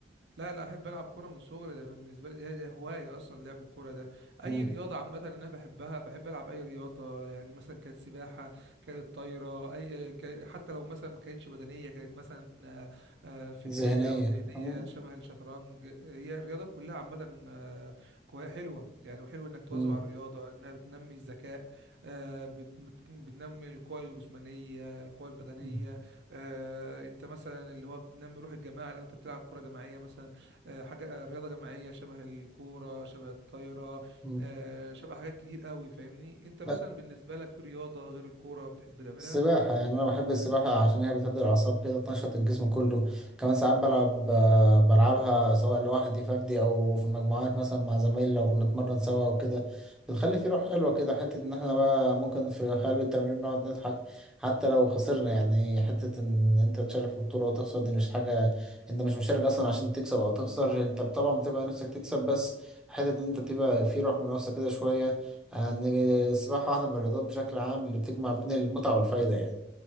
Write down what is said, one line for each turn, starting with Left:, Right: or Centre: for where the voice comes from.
Right: لا لا احب العب كوره من صغري ده بالنسبه لي دي دي هوايه اصلا لعب الكوره ده
Centre: مم.
Right: اي رياضه عامه انا بحبها بحب العب اي رياضه يعني مثلا كانت سباحه كانت طايره اي ك- حتى لو مثلا ما كانتش بدنيه كانت مثلا آه، آه، فكريه
Centre: ذهنية
Right: او ذهنيه
Centre: مم.
Right: شبه الشطرنج هي الرياضه كلها عامه آه، كوي- حلوه يعني وحلو انك تواظب
Centre: مم.
Right: على الرياضه انها بتنمي الذكاء آه، بت- بت- بتنمي القوى الجسمانيه القوى البدنيه
Centre: مم.
Right: آه، انت مثلا اللي هو بتنمي روح الجماعه لو انت بتلعب كوره جماعيه مثلا آه، حاجه آه، رياضه جماعيه شبه الكوره شبه الطايره
Centre: مم.
Right: آه، شبه حاجات كتير قوي فاهمني انت مثلا
Centre: لا
Right: بالنسبه لك في رياضه غير الكوره بتحب تعملها
Centre: السباحة يعني أنا بحب السباحة عشان هي بتهدي الأعصاب كده تنشط الجسم كله كمان ساعات بلعب آه، بلعبها سواء لوحدي فردي أو في المجموعات مثلا مع زمايلي لو بنتمرن سوا وكده بتخلي في روح حلوة كده حتة إن احنا بقى ممكن في قلب التمرين نقعد نضحك حتى لو خسرنا يعني حتة إن أنت تشارك في بطولة وتخسر دي مش حاجة أنت مش مشارك أصلا عشان تكسب أو تخسر أنت طبعا بتبقى نفسك تكسب بس حتة إن أنت بتبقى في روح منافسة كده شوية ان السباحه واحده من الرياضات بشكل عام اللي بتجمع بين المتعه والفايده يعني